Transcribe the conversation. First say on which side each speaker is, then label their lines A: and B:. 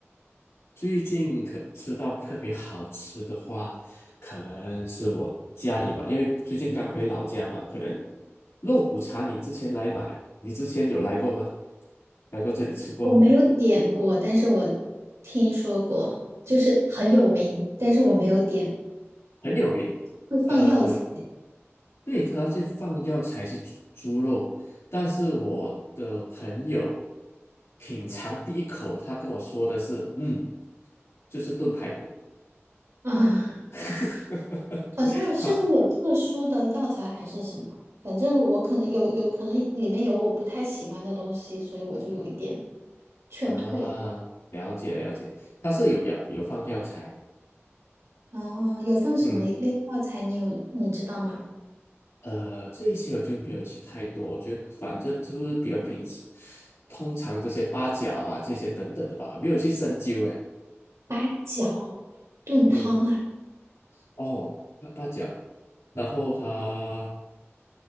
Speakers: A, on the left; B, on the right.
A: 最近可吃到特别好吃的话，可能是我家里吧，因为最近刚回老家嘛，可能肉骨茶你之前来买，你之前有来过吗？来过这里吃过吗？
B: 我没有点过，但是我听说过，就是很有名，但是我没有点，
A: 很有名，
B: 会放药材
A: 呃，对，它是放药材去煮猪肉，但是我的朋友品尝第一口，他跟我说的是，嗯，就是炖排骨，
B: 啊。<laughs>
A: <laughs>
B: 好像是会有特殊的药材还是什么，
A: 他
B: 反正我可能有有可能里面有我不太喜欢的东西，所以我就有一点劝退了。
A: 啊，了解了解，它是有药有放药材，
B: 哦，有放什么类药材？
A: 嗯，
B: 你有你知道吗？
A: 呃，这一些我就没有吃太多，我觉得反正就是比较平时，通常这些八角啊这些等等的吧，没有去深究诶，
B: 八角炖汤啊，
A: 嗯，哦，八八角，然后哈、